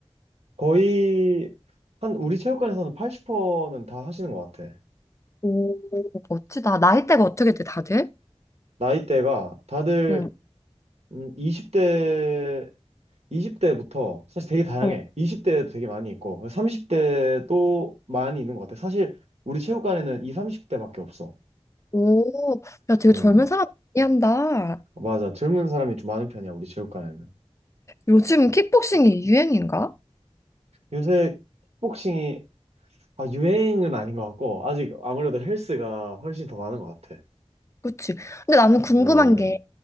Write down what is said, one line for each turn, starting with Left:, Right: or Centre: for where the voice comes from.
Right: 거의, 한, 우리 체육관에서는 80%는 다 하시는 것 같아.
Left: 오, 멋지다. 나이대가 어떻게 돼, 다들?
Right: 나이대가 다들
Left: 응.
Right: 음, 20대 20대부터 사실 되게 다양해.
Left: 어,
Right: 20대도 되게 많이 있고 30대도 많이 있는 것 같아. 사실 우리 체육관에는 2, 30대밖에 없어.
Left: 오, 야, 되게
Right: 음,
Left: 젊은 사람 많이 한다.
Right: 맞아. 젊은 사람이 좀 많은 편이야, 우리 체육관에는.
Left: 요즘 킥복싱이 유행인가?
Right: 요새 킥복싱이 아, 유행은 아닌 것 같고 아직 아무래도 헬스가 훨씬 더 많은 것 같아.
Left: 그치. 근데 나는 궁금한
Right: 음, 음,
Left: 게,